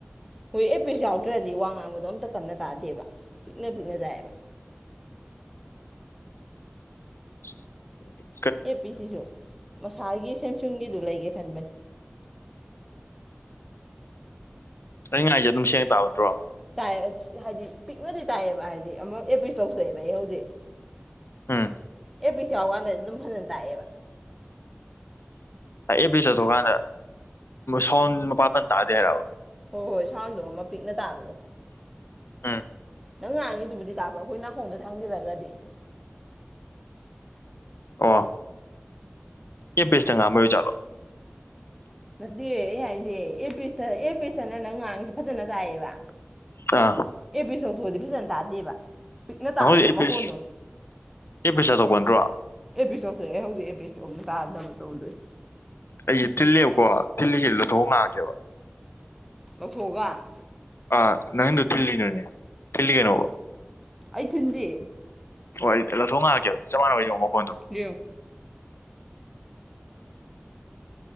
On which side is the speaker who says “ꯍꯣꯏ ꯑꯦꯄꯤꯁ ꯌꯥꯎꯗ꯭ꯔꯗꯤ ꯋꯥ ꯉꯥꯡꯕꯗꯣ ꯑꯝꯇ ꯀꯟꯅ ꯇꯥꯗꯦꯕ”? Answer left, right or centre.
Centre